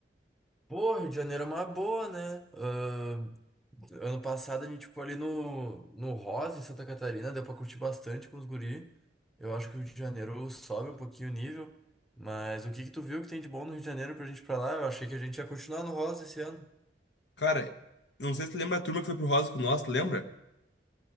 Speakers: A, in the centre; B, on the left.
A: Pô, Rio de Janeiro é uma boa, né? Ahn, ano passado a gente ficou ali no, no Rosa, em Santa Catarina, deu pra curtir bastante com os guri. Eu acho que o Rio de Janeiro sobe um pouquinho o nível. Mas o que que tu viu que tem de bom no Rio de Janeiro pra gente ir pra lá? Eu achei que a gente ia continuar no Rosa esse ano.
B: Cara, não sei se tu lembra a turma que foi pro Rosa com nós, tu lembra?